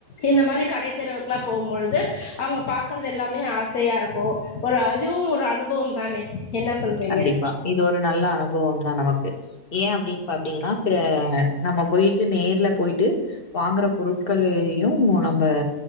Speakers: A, on the left (about 75°); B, on the left (about 40°).
A: இந்த மாரி கடைத்தெருவுக்லா போம்பொழுது அங்க பாக்கறதெல்லாமே ஆசையா இருக்கு ஒரு அதுவு ஒரு அனுபவம் தானே என்ன சொல்றீங்க
B: கண்டிப்பா இது ஒரு நல்ல அனுபவம் தா நமக்கு ஏன் அப்படின் பாத்தீங்கன்னா சில நம்ம போயிட்டு நேர்ல போயிட்டு வாங்குற பொருட்கள் யும் நம்ப